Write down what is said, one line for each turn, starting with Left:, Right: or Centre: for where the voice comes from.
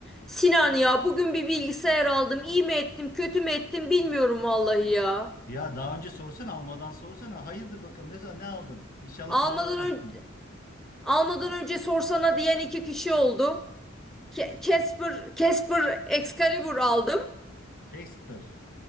Centre: Sinan ya bugün bir bilgisayar aldım. İyi mi ettim, kötü mü ettim bilmiyorum vallahi ya.
Left: Ya daha önce sorsana almadan sorsana. Hayırdır bakalım ne, ne aldın? İnşallah
Centre: Almadan
Left: pahalı almamışsın.
Centre: önce almadan önce sorsana diyen iki kişi oldu. Ke- Casper Casper Excalibur aldım.
Left: Casper.